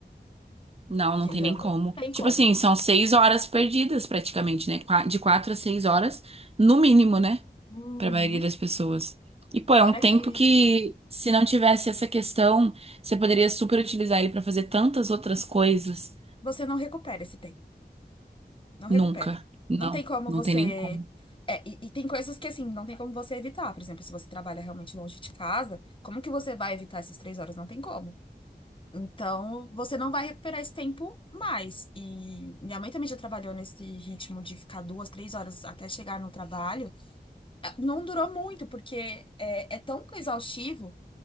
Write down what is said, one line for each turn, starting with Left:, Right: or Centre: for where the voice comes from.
Right: Não,
Left: Entendeu?
Right: não tem nem como.
Left: Não tem
Right: Tipo
Left: como.
Right: assim, são seis horas perdidas praticamente, né? Qua- De quatro a seis horas, no mínimo, né?
Left: Uhum.
Right: para a maioria das pessoas. E, pô, é
Left: Fora
Right: um tempo
Left: que
Right: que, se não tivesse essa questão, você poderia super utilizar ele para fazer tantas outras coisas.
Left: você não recupera esse tempo. Não recupera.
Right: Nunca. Não,
Left: Não tem como
Right: não
Left: você.
Right: tem nem como.
Left: É, e, e tem coisas que, assim, não tem como você evitar. Por exemplo, se você trabalha realmente longe de casa, como que você vai evitar essas três horas? Não tem como. Então, você não vai recuperar esse tempo mais. E minha mãe também já trabalhou nesse ritmo de ficar duas, três horas até chegar no trabalho. Eh, Não durou muito, porque é, é tão exaustivo,